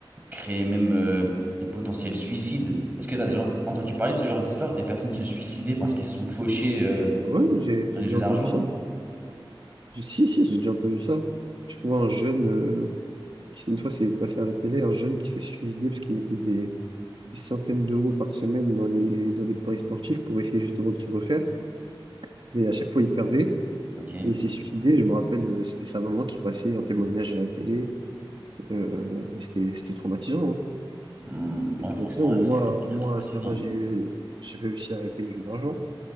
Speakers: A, on the right; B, on the right.
A: créer même euh, des potentiels suicides. Est-ce que tu as déjà entendu parler de ce genre d'histoire, des personnes se suicider parce qu'ils se sont fauchés euh,
B: ouais, j'ai,
A: dans
B: j'ai
A: les
B: déjà
A: jeux d'argent?
B: entendu ça. J'ai- Si, si, j'ai déjà entendu ça. Je trouve un jeune, euh, qui, une fois, c'est passé à la télé, un jeune qui s'est suicidé parce qu'il mettait des, des centaines d'euros par semaine dans les, dans des paris sportifs pour essayer justement de se refaire. Mais à chaque fois, il perdait.
A: Ok.
B: Et il s'est suicidé, je me rappelle, euh, c'était sa maman qui passait en témoignage à la télé. Euh, bah, c'était, c'était traumatisant, hein.
A: Hmm,
B: C'était
A: ouais,
B: traumatisant.
A: franchement,
B: Moi,
A: c'est vraiment
B: moi,
A: très traumatisant.
B: ça va, j'ai, j'ai réussi à arrêter les jeux d'argent.